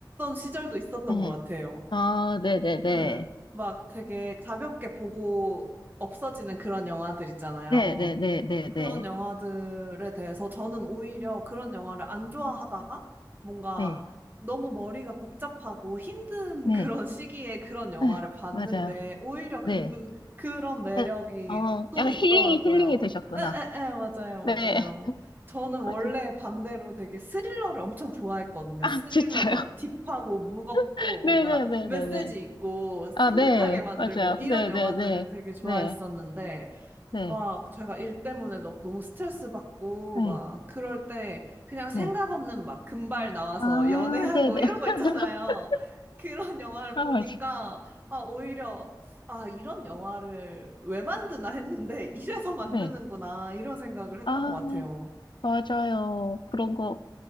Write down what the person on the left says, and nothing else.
네.
아, 네네네.
네네네네네. 네.
네.
네.
네,
네, 네. 네.
네. 네.
맞아요.
네.
네. 어,
약간
힐링이 힐링이 되셨구나.
네.
<laughs>
맞아요.
아,
진짜요?
<laughs>
네네네네네.
아,
네,
맞아요.
네,
네, 네,
네, 네,
네,
네.
아,
네, 네.
<laughs>
아,
맞아요.
네.
아,
맞아요. 그런 거.